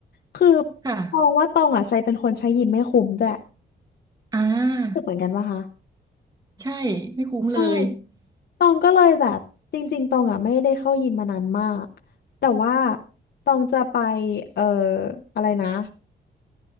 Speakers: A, on the left; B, on the right.
A: คือ
B: ค่ะ
A: ตองว่าตองอ่ะใจเป็นคนใช้ยิ้มไม่คุ้มด้วย
B: อ่า
A: รู้สึกเหมือนกันปะคะ
B: ใช่ไม่คุ้มเลย
A: ใช่ตองก็เลยแบบจริงๆตองอ่ะไม่ได้เข้ายิมมานานมาก แต่ว่าตองจะไปเอ่ออะไรนะ